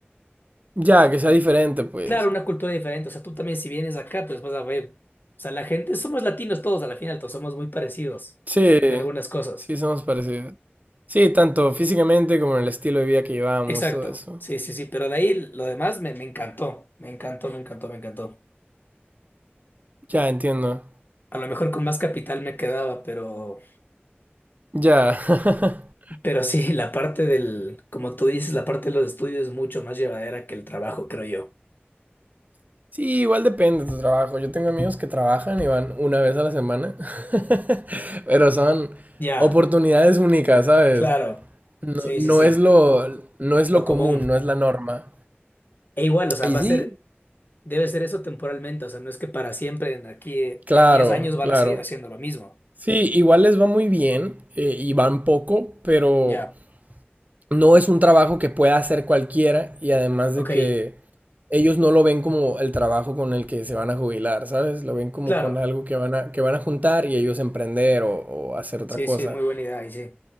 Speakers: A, on the right; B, on the left.
A: Ya, que sea diferente, pues.
B: Claro, una cultura diferente, o sea, tú también si vienes acá, pues vas a ver, o sea, la gente, somos latinos todos, a la final todos somos muy parecidos
A: Sí,
B: en algunas cosas.
A: sí, somos parecidos. Sí, tanto físicamente como en el estilo de vida que llevamos,
B: Exacto,
A: todo eso.
B: sí, sí, sí, pero de ahí lo demás me, me encantó, me encantó, me encantó, me encantó.
A: Ya, entiendo.
B: A lo mejor con más capital me quedaba, pero,
A: Ya. <laughs>
B: pero sí, la parte del, como tú dices, la parte de los estudios es mucho más llevadera que el trabajo, creo yo.
A: Sí, igual depende de tu trabajo. Yo tengo amigos que trabajan y van una vez a la semana, <laughs> pero son
B: Ya,
A: oportunidades únicas, ¿sabes?
B: claro,
A: No,
B: sí,
A: no
B: sí, sí,
A: es lo, no es
B: lo
A: lo
B: común.
A: común, no es la norma.
B: E igual, o sea,
A: Y
B: va
A: sí,
B: a ser, debe ser eso temporalmente, o sea, no es que para siempre, en aquí, eh,
A: claro,
B: en 10 años van
A: claro.
B: a seguir haciendo lo mismo.
A: Sí, igual les va muy bien eh, y van poco, pero
B: Ya,
A: no es un trabajo que pueda hacer cualquiera y además
B: ok,
A: de que ellos no lo ven como el trabajo con el que se van a jubilar, ¿sabes? Lo ven como
B: claro,
A: con algo que van a, que van a juntar y ellos emprender o, o hacer otra
B: sí,
A: cosa.
B: sí, muy buena idea, y sí,